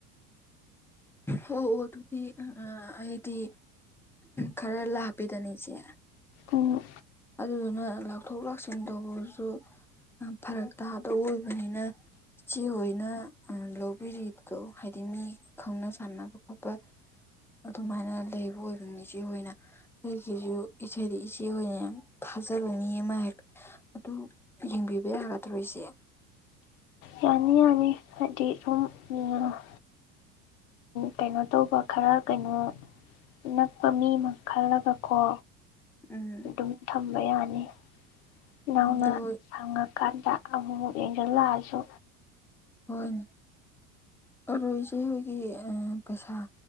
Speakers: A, in the centre; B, on the left.
A: ꯑꯣ ꯑꯣ ꯑꯗꯨꯗꯤ ꯑꯥ ꯑꯥ ꯑꯩꯗꯤ ꯈꯔ ꯂꯥꯛꯄꯦꯗꯅ ꯏꯆꯦ
B: ꯎꯝ
A: ꯑꯗꯨꯗꯨꯅ ꯂꯥꯛꯊꯣꯛ ꯂꯥꯛꯁꯤꯟ ꯇꯧꯕꯁꯨ ꯌꯥꯝ ꯐꯔꯛ ꯇꯥꯗꯧ ꯑꯣꯏꯕꯅꯤꯅ ꯏꯆꯦ ꯍꯣꯏꯅ ꯑꯥ ꯂꯧꯕꯤꯔꯤꯗꯣ ꯍꯥꯏꯗꯤ ꯃꯤ ꯈꯪꯅ ꯆꯥꯟꯅꯕ ꯈꯣꯠꯄ ꯑꯗꯨꯃꯥꯏꯅ ꯂꯩꯕ ꯑꯣꯏꯕꯅꯤ ꯏꯆꯦꯍꯣꯏꯅ ꯑꯩꯒꯤꯖꯨ ꯏꯆꯦꯗ ꯏꯆꯦ ꯑꯣꯏꯅ ꯌꯥꯝ ꯊꯥꯖꯕ ꯃꯤ ꯑꯃ ꯍꯦꯛ ꯑꯗꯨ ꯌꯦꯡꯕꯤꯕ ꯌꯥꯒꯗ꯭ꯔꯣ ꯏꯆꯦ
B: ꯌꯥꯅꯤ ꯌꯥꯅꯤ ꯍꯥꯏꯗꯤ ꯁꯨꯝ <unintelligible> ꯀꯩꯅꯣ ꯇꯧꯕ ꯈꯔ ꯀꯩꯅꯣ ꯅꯛꯄ ꯃꯤ ꯑꯃ ꯈꯜꯂꯒꯀꯣ
A: ꯎꯝ
B: ꯑꯗꯨꯝ ꯊꯝꯕ ꯌꯥꯅꯤ ꯏꯅꯥꯎꯅ
A: ꯑꯗꯨ
B: ꯁꯪꯉꯀꯥꯟꯗ ꯑꯃꯨꯛ ꯃꯨꯛ ꯌꯦꯡꯖꯟ ꯂꯥꯛꯑꯥꯁꯨ
A: ꯍꯣꯏꯅꯦ ꯑꯗꯣ ꯏꯆꯦ ꯍꯣꯏꯒꯤ ꯑꯥ ꯄꯩꯁꯥ